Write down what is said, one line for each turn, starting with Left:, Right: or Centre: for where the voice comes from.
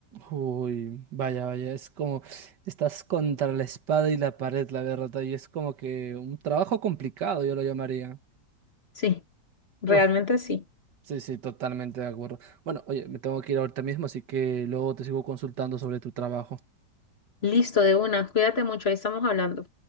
Right: Uy, vaya, vaya, es como estás contra la espada y la pared, la verdad, y es como que un trabajo complicado, yo lo llamaría.
Left: Sí, realmente
Right: Uy,
Left: sí.
Right: sí, sí, totalmente de acuerdo. Bueno, oye, me tengo que ir ahorita mismo, así que luego te sigo consultando sobre tu trabajo.
Left: Listo, de una. Cuídate mucho, ahí estamos hablando.